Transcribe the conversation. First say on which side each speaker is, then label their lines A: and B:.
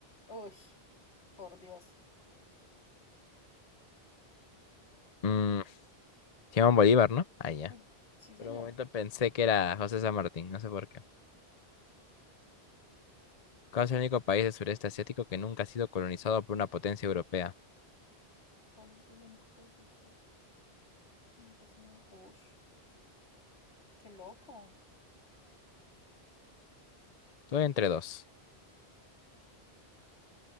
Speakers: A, on the left (about 80°); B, on the left (about 45°).
A: Uy, por Dios.
B: Mm, Simón Bolívar, ¿no? Ah, ya.
A: <laughs> Sí, señor.
B: Por un momento pensé que era José San Martín. No sé por qué. ¿Cuál es el único país del sureste asiático que nunca ha sido colonizado por una potencia europea?
A: ¿Cuál es el único país de Chile que nunca se iba? Ush, qué loco.
B: Estoy entre dos.